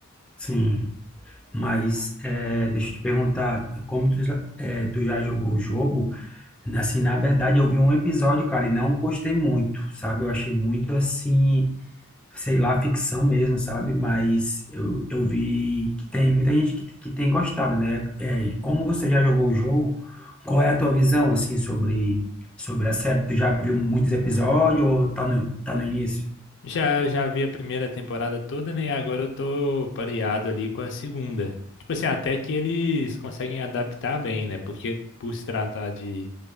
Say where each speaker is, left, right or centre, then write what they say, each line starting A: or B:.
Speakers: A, in the centre; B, on the left.
A: sim. Mas é, deixa eu te perguntar, como tu, já- é, tu já jogou o jogo? Assim, na verdade, eu vi um episódio, cara, e não gostei muito, sabe? Eu achei muito assim. sei lá, ficção mesmo, sabe? Mas eu, eu vi que tem muita gente que, que tem gostado, né? É, e como você já jogou o jogo, qual é a tua visão, assim, sobre, sobre a série? Tu já viu muitos episódios ou tá no, tá no início?
B: Já, já vi a primeira temporada toda, né? E agora eu tô pareado ali com a segunda. Tipo assim, até que eles conseguem adaptar bem, né? Porque por se tratar de